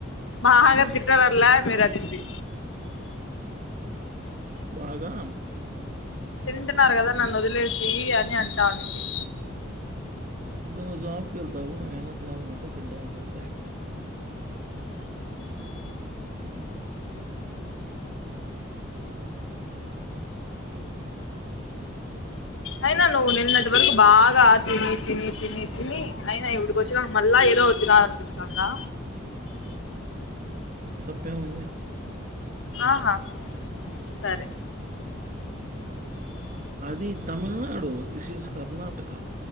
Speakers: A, on the left; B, on the right.
A: బాగా తిట్టాలల్లా మీరు అనింది
B: బాగా
A: తింటున్నారు కదా నన్ను వదిలేసి అని అంటావుంది
B: ఇంకా నువ్ జాబ్కి వెళ్తవు ఏమైనా తినాలనుకుంటే తింటావు అని చెప్తే అయిపోయే హ్మ్. పెద్ద చెప్పిన ఎంతవరకు విజయం
A: అయినా నువ్వు నిన్నటి వరకు బాగా తిని తిని తిని తిని అయినా ఇక్కడికి వచ్చినా మల్ల ఏదో ఒకటి తినాలనిపిస్తాందా
B: తప్పేముంది?
A: ఆహా సరే
B: అది తమిళనాడు దిస్ ఇస్ కర్ణాటక